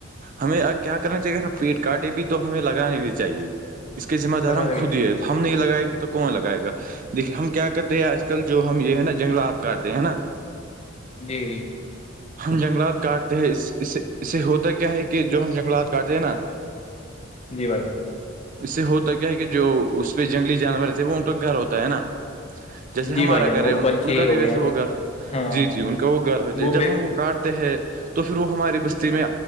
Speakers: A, on the right; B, on the left.
A: ہمیں کیا کرنا چاہیے پیٹ کاٹے بھی تو ہمیں لگانے بھی چاہیے اس کے ذمہ دار
B: لگانا
A: ہم خود
B: بھی چاہیے
A: ہی ہے ہم نہیں لگائیں گے تو کون لگائے گا دیکے ہم کیا کرتے ہیں آج کل کل جو ہم یہ ہے نا جنگلات کاٹتے ہیں ہے نا
B: جی جی
A: ہم جنگلات کاٹتے ہیں اس اسے اس سے ہوتا کیا ہے کہ جو ہم جنگلات کاٹتے ہیں نا
B: جی بھائییا
A: اس سے ہوتا کیا ہے کہ جو اس پہ جنگلی جانور تھے وہ ان کا گھر ہوتا ہے نا جیسے
B: جی
A: ہمارا
B: بھائی جان
A: گھر ہے
B: وہ
A: ان
B: پنچھی
A: کا
B: ہو
A: بھی ویسا
B: گیا
A: وہ گھر
B: ہاں
A: جی جی ان کا وہ گھر ہو جی
B: وہ بے
A: کاٹتے ہیں تو پھر وہ ہماری بستی میں